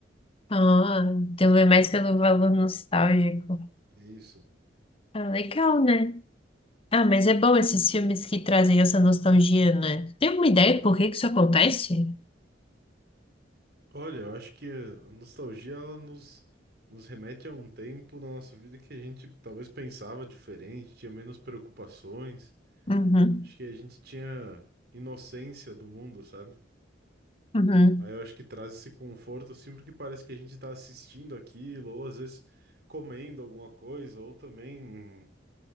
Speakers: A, on the left; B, on the right.
A: Ah, então é mais pelo valor nostálgico.
B: É isso.
A: Ah, legal, né? Ah, mas é bom esses filmes que trazem essa nostalgia, né? Tem alguma ideia por que que isso acontece?
B: Olha, eu acho que a nostalgia ela nos, nos remete a um tempo na nossa vida que a gente talvez pensava diferente, tinha menos preocupações,
A: Uhum,
B: acho que a gente tinha inocência do mundo, sabe?
A: uhum,
B: Aí eu acho que traz esse conforto assim, porque parece que a gente tá assistindo aquilo, ou às vezes comendo alguma coisa, ou também